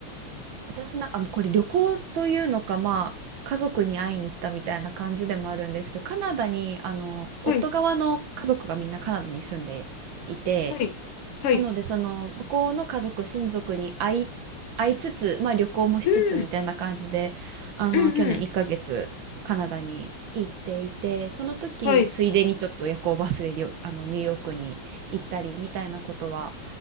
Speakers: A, on the right (about 65°); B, on the left (about 80°).
A: 私なんかあこれ旅行というのかまあ家族に会いに行ったみたいな感じでもあるんですけどカナダにあの夫側の家族がみんなカナダに住んでいて。
B: はい、はい、はい。
A: なので、その、向こうの家族、親族に会い、会いつつ、まあ旅行もしつつみたいな感じで、
B: うん、
A: あの、
B: うん、
A: 去年1ヶ月、
B: うん。
A: カナダに行っていて、その時、
B: はい。
A: ついでにちょっと夜行バスでりょ、あの、ニューヨークに行ったり、みたいなことは、